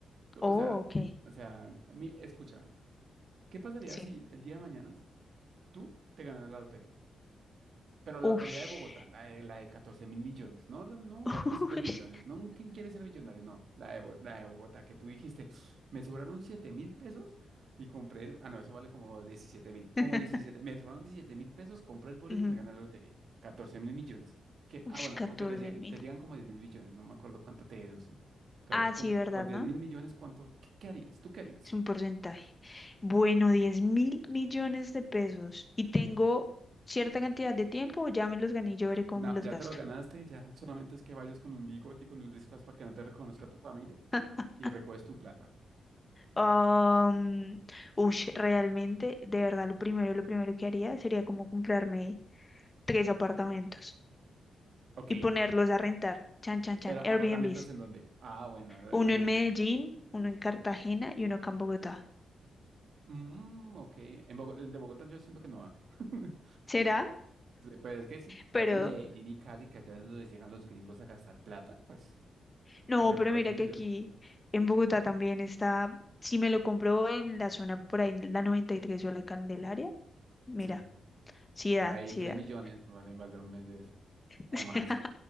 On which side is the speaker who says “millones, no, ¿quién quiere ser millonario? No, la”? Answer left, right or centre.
Right